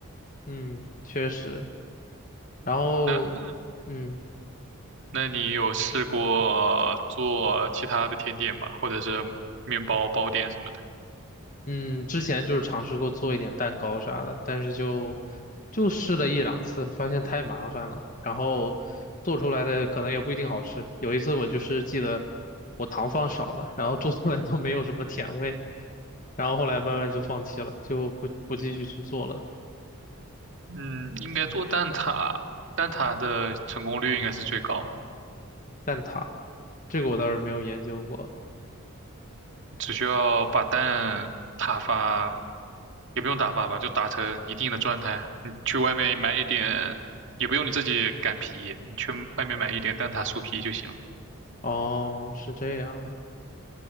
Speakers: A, on the left; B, on the right.
A: 嗯，确实。然后，
B: 那
A: 嗯
B: 那你有试过做其他的甜点吗？或者是面包包点什么的？
A: 嗯，之前就是尝试过做一点蛋糕啥的，但是就就试了一两次，发现太麻烦了，然后做出来的可能也不一定好吃。有一次我就是记得我糖放少了，然后做出来都没有什么甜味，然后后来慢慢就放弃了，就不不继续去做了。
B: 嗯，应该做蛋挞，蛋挞的成功率应该是最高的，
A: 蛋挞这个我倒是没有研究过。
B: 只需要把蛋打发，也不用打发吧，就打成一定的状态。你去外面买一点，也不用你自己擀皮，你去外面买一点蛋挞酥皮就行了。
A: 哦，是这样，